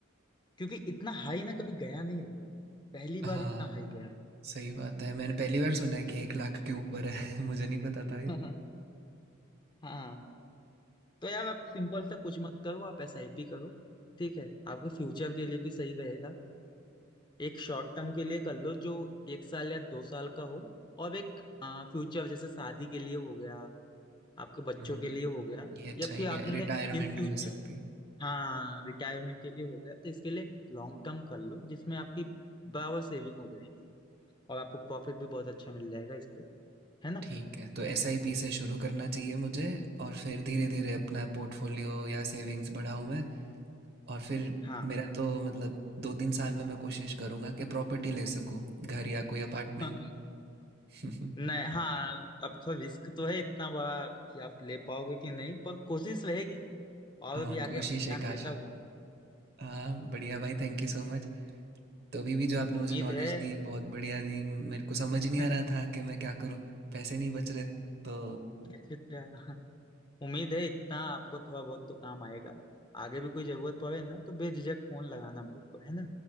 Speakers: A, on the left; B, on the right.
A: क्योंकि इतना हाई ना कभी गया नहीं है कोई पहली
B: हाँ
A: बार इतना हाई गया
B: सही बात है मैंने पहली बार सुना है कि एक लाख के ऊपर है <laughs> मुझे नहीं पता था ये
A: <laughs> हाँ तो यार आप सिंपल सा कुछ मत करो आप एसआईपी करो ठीक है आपके फ्यूचर के लिए भी सही रहेगा एक शॉर्ट टर्म के लिए कर लो जो एक साल या दो साल का हो और एक फ्यूचर जैसे शादी के लिए हो गया आपके बच्चों
B: हम्म
A: के लिए हो गया
B: ये अच्छा
A: या
B: आइडिया
A: फिर आपने
B: रिटायरमेंट
A: <laughs> इन फ्यूचर
B: भी हो सकती है
A: हाँ रिटायरमेंट के लिए हो गया तो इसके लिए लॉन्ग टर्म कर लो जिसमें आपकी बराबर सेविंग हो जाएगी और आपको प्रॉफिट भी बहुत अच्छा मिल जाएगा इस पे है ना
B: ठीक है तो एसआईपी से शुरू करना चाहिए मुझे और फिर धीरे धीरे अपना पोर्टफोलियो या सेविंग्स बढ़ाऊं मैं और फिर
A: हाँ
B: मेरा तो मतलब दो तीन साल में मैं कोशिश करूंगा कि प्रॉपर्टी ले सकूं घर या कोई
A: <laughs>
B: अपार्टमेंट <laughs>
A: नहीं हाँ अब थोड़ा रिस्क तो है इतना बड़ा कि आप ले पाओगे कि नहीं पर कोशिश रहेगी और
B: हाँ
A: भी
B: कोशिश
A: आगे आपको ज्ञान
B: एक आशा
A: देता रहूंगा मैं
B: हाँ बढ़िया
A: तो
B: भाई थैंक यू सो मच तो अभी भी जो आपने
A: उम्मीद
B: मुझे नॉलेज
A: है
B: दी बहुत बढ़िया दी मेरे को समझ ही नहीं
A: <laughs>
B: आ रहा था कि मैं क्या करूँ पैसे नहीं बच रहे तो
A: अच्छा अच्छा उम्मीद है इतना आपको थोड़ा बहुत तो काम आएगा आगे भी कोई जरूरत पड़े ना तो बेझिझक फोन लगाना मेरे को है ना